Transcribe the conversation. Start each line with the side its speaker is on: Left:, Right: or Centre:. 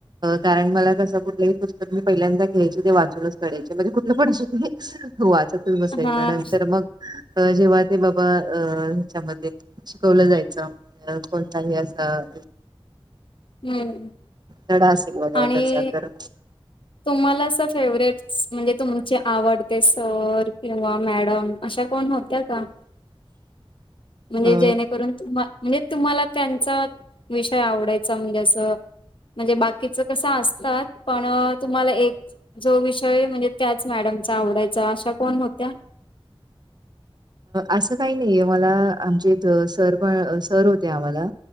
Right: कारण मला कसं, कुठलंही पुस्तक मी पहिल्यांदा घ्यायचे, ते वाचूनच कढायचे. म्हणजे कुठलं पण असो <unintelligible> हो, वाचतच बसायचं.
Left: हा,
Right: नंतर मग अ जेव्हा ते बाबा, अ ह्याच्यामध्ये, शिकवलं जायचं. अ कोणताही असं
Left: हम्म.
Right: तडा असेल व
Left: आणि
Right: आताचर.
Left: तुम्हाला अस फेवरेट म्हणजे तुमचे आवडते सर किंवा मॅडम अशा. कोण होता्या का.
Right: <inaudible>
Left: म्हणजे
Right: अ
Left: जेणेकरून तु्हा. म्हणजे तुम्हाला त्यांचा विषय आवडायचा म्हणजे असं. म्हणजे बाकीचं कसं असतात पण. तुम्हाला एक जो विषय म्हणजे त्याच मॅडमचा आवडायचा अशा कोण होत्या?
Right: असं काही नाहीय मला आमचे सर पण सर होते आम्हाला.